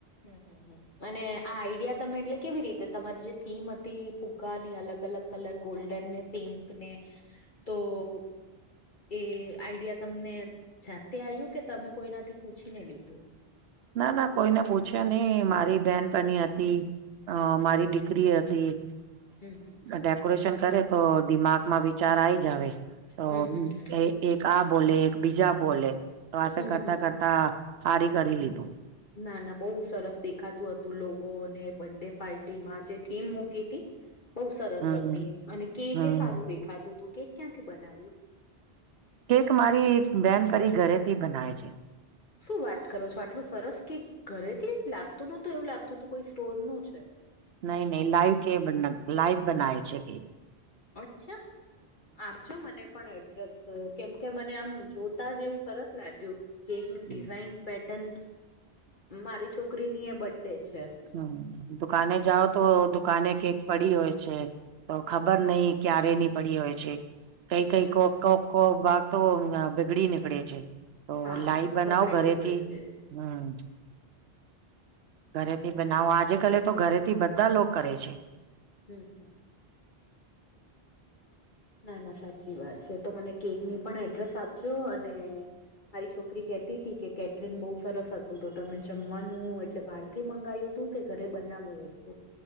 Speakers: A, on the left; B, on the right.
A: હમ હમ અને આ આઈડિયા તમે એટલે કેવી રીતે તમારી જે થીમ હતી ફુગ્ગા ની અલગ અલગ કલર ગોલ્ડન ને પિંક ને તો- એ આઈડિયા તમને જાતે આવ્યું કે તમે કોઈનાથી પૂછીને લીધું-
B: ના ના કોઈને પૂછે નહ મારી બેન પણ હતી- અ મારી દીકરી હતી-
A: હમ હમ હમ
B: ડેકોરેશન કરે તો દિમાગમાં વિચાર આઈ જ આવે- તો
A: હમ હમ હમ
B: એક આ બોલે એક બીજા બોલે તો આ
A: હમ
B: કરતા
A: હમ
B: કરતા- ત હારી કરી લીધો-
A: ના ના બહુ સરસ દેખાતું હતું લોકોને બર્થડે પાર્ટી માં જે થીમ મૂકી હતી- બહુ સરસ
B: હમ
A: હતી અને કેકે
B: હમ
A: એ સારું દેખાતું હતું કેક ક્યાંથી બનાવ્યું-
B: કેક મારી એક બેન પરી ઘરેથી બનાવે છે.
A: શું વાત કરો છો આટલું સરસ કે ઘરેથી લાગતું નતું એવું લાગતું હતું કોઈ સ્ટોર નું છે.
B: નઈ ન લાઈવ કે લાઈવ બના છે. કે-
A: અચ્છા આપ છો મને પણ- ડ્રેસ કેમ કે મને આમ જોતા જ એવું સરસ લાગ્યું- કેક નું
B: હમ
A: ડિઝાઇન પેટન મારી છોકરીની એ બર્ ડે છે.
B: હમ દુકાને જાઓ તો દુકાને કેક પડી હોય છે. તો ખબર નહ ક્યારે ની પડી હોય છે. કઈ કઈ
A: હા
B: કો કો ભાગ તો બીગડી નીકળે છે. તો
A: હા
B: લાઈ બનાવ
A: બગડેલી
B: ઘરેથી
A: હોય છે
B: હમ ઘરે તે બનાવો આજે કલે તો ઘરેથી બધા લોકો કરે છે.
A: હમ હમ ના ના સાચી વાત છે તો મને કેક ની પણ એડ્રેસ આપજો અને- મારી છોકરી કહતી હતી કે કેટરીન બહુ સરસ હતું તો તમે જમવાનું એટલે બાળ- થી મંગાવું તું કે ઘરે બનાવુંવું તું-